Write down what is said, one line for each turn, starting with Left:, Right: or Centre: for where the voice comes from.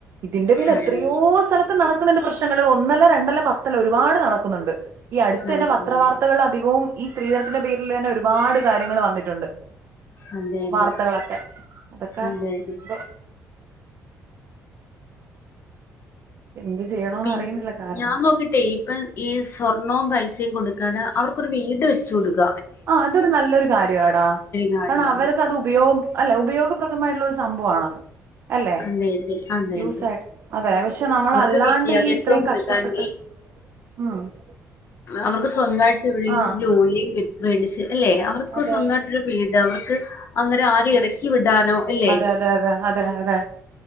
Right: ഇതിന്റെ പേരിൽ
Left: അതെ
Right: എത്രയോ സ്ഥലത്ത് നട ക്കുംനന്റെ പ്രശ്നങ്ങള് ഒന്നല്ല രണ്ടല്ല പത്തല്ല ഒരുപാട് നടക്കുന്നുണ്ട് ഈ അടുത്തെന്നെ
Left: നടക്കുന്നുണ്ട്
Right: പത്ര വാർത്തകള വും ഈ സ്ത്രീധനത്തിന്റെ പേരിൽന്നെ ഒരുപാട് കാര്യങ്ങൾ വന്നിട്ടുണ്ട്
Left: അതെ അതെ
Right: വാർത്തകളൊക്കെ അതൊക്കെ
Left: അതെ അതെ
Right: എന്തോ എന്ത് ചെയ്യണോന്ന്
Left: പിൻ
Right: അറിയുന്നില്ല കാരണം
Left: ഞാൻ നോക്കിട്ടെ ഇപ്പൊ യെസ് സ്വർണവും പൈസയും കൊടുക്കാതെ അവർക്കൊരു വീട് വെച്ച് കൊടുക്ക
Right: ആ അതൊരു നല്ലൊരു കാര്യാടാ
Left: കാര്യമാണ്
Right: കാരണം അവർക്കത് ഉപയോഗ് അല്ല ഉപയോഗപ്രദമായിട്ടുള്ളൊരു സംഭവാണത് അല്ലെ
Left: അതെ അതെ അതെ
Right: യൂസായിട്
Left: അതെ
Right: അതെ പക്ഷെ നമ്മളല്ലാണ്ട്
Left: അവർക്ക് വിദ്യാഭ്യാസവും
Right: ഈ ഇത്രയും
Left: കൊടുക്കാമെങ്കിൽ
Right: കഷ്ടപ്പെട്ടത് ആ <unintelligible>
Left: അവർക്ക് സ്വന്തായിട്ട് എവിടേങ്കിലും
Right: ആഹ്
Left: ജോലിം കിട്ട മേടിച്ച അല്ലെ അവർക്ക്
Right: അതെ
Left: സ്വന്തമായിട്ടൊരു പീജാവർക്ക് അങ്ങനെ ആരെയെറി ക്കി വിടാനോ അല്ലെ
Right: അതെ അതെ അതെ അതെ അതെ